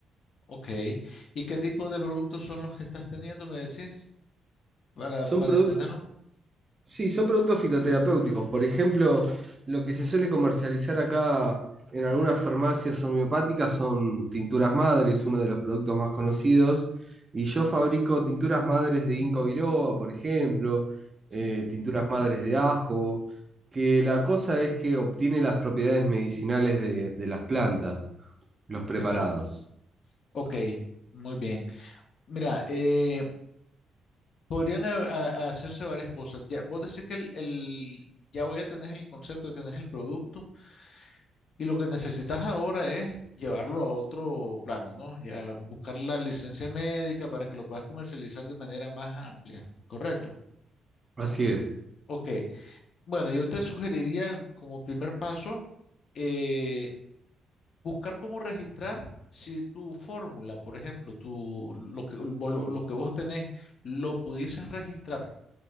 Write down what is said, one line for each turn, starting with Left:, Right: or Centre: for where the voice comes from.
Left: Ok. ¿Y qué tipo de productos son los que estás teniendo, me decís, para, para
Right: ¿Son productos
Left: entenderlo?
Right: Sí, son productos fitoterapéuticos. Por ejemplo, lo que se suele comercializar acá en algunas farmacias homeopáticas son tinturas madres, uno de los productos más conocidos. Y yo fabrico tinturas madres de ginkgo biloba, por ejemplo,
Left: Sí.
Right: eh, tinturas madres de ajo, que la cosa es que obtiene las propiedades medicinales de, de las plantas, los preparados.
Left: Ok, ok, muy bien. Mira, eh, Podrían a- a- hacerse varias cosas. Ya, vos decís que el, el- ya voy a tener el concepto, ya tenés el producto y lo que necesitas ahora es llevarlo a otro plano, ¿no? Ya buscar la licencia médica para que lo puedas comercializar de manera más amplia, ¿correcto?
Right: Así es.
Left: Ok. Bueno, yo te sugeriría como primer paso eh, buscar cómo registrar si tu fórmula, por ejemplo, tu, lo que, vos- lo lo que vos tenés, lo pudieses registrar